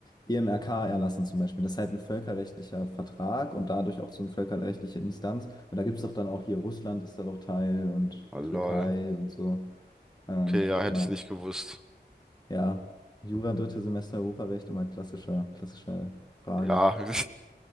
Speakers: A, on the left; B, in the centre.
A: EMRK erlassen zum Beispiel. Das ist halt ein völkerrechtlicher Vertrag und dadurch auch so eine völkerrechtliche Instanz. Und da gibt es doch dann auch hier Russland ist da doch Teil und
B: Oh lol.
A: Türkei und so. Ähm,
B: Okay, ja, hätte
A: immer,
B: ich nicht gewusst.
A: ja, Jura, drittes Semester Europarecht, immer klassischer, klassischer Frage
B: Ja. <laughs>